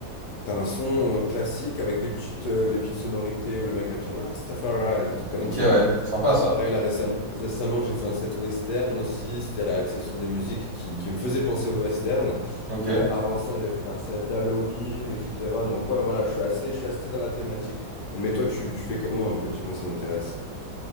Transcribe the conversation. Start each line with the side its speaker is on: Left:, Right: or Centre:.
Left: t'as un son classique avec des petites, euh, des petites sonorités où le mec va dire Rastafari, des trucs comme
Right: ouais, ok,
Left: ça.
Right: ouais, sympa ça.
Left: Pareil, là, récem- récemment, j'ai fait un set western aussi. C'était axé sur des musiques qui, qui me faisaient penser au western.
Right: Ok.
Left: Euh, avant ça, j'avais fait un set d'Halloween, etc. Donc, ouais, voilà, je suis assez, je suis assez dans la thématique. Mais toi, tu, tu fais comment un peu? Dis-moi, ça m'intéresse.